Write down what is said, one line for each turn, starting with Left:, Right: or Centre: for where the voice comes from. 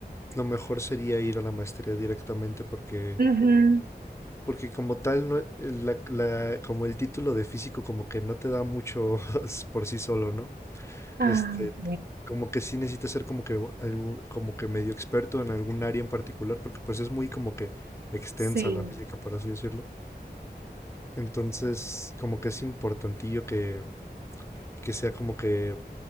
Left: lo mejor sería ir a la maestría directamente porque,
Right: Ujú.
Left: porque como tal, no, la, la- como el título de físico como que no te da mucho <laughs> por sí solo, ¿no?
Right: Ah,
Left: Este,
Right: ok.
Left: como que sí necesitas ser como que algo, como que medio experto en algún área en particular porque pues es muy como que extensa
Right: Sí,
Left: la física, por así decirlo. Entonces, como que es importantillo que, que sea como que